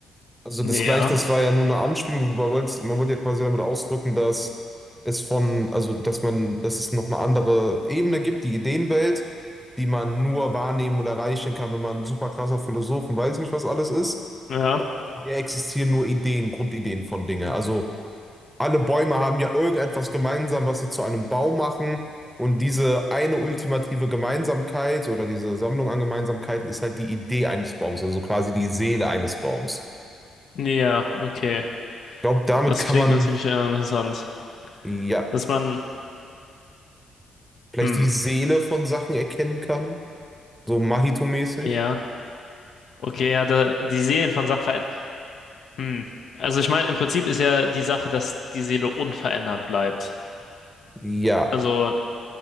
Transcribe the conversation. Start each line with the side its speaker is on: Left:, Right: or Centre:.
Centre: Also das
Left: ja,
Centre: Gleichnis war ja nur eine Anspielung, man wollte, man wollte ja quasi damit ausdrücken, dass es von, also dass man, dass es noch eine andere Ebene gibt, die Ideenwelt, die man nur wahrnehmen und erreichen kann, wenn man ein super krasser Philosoph und weiß nicht, was alles ist.
Left: ja,
Centre: Der existieren nur Ideen, Grundideen von Dingen. Also alle Bäume haben ja irgendetwas gemeinsam, was sie zu einem Baum machen. Und diese eine ultimative Gemeinsamkeit oder diese Sammlung an Gemeinsamkeiten ist halt die Idee eines Baums, also quasi die Seele eines Baums.
Left: ja, okay.
Centre: Ich glaube, damit
Left: Das
Centre: kann
Left: klingt
Centre: man,
Left: natürlich eher interessant.
Centre: ja,
Left: Dass man,
Centre: vielleicht
Left: hm,
Centre: die Seele von Sachen erkennen kann. So Mahito-mäßig.
Left: ja, okay, ja, da, die Seelen von Sachverhalten, hm. Also ich meine, im Prinzip ist ja die Sache, dass die Seele unverändert bleibt.
Centre: Ja.
Left: Also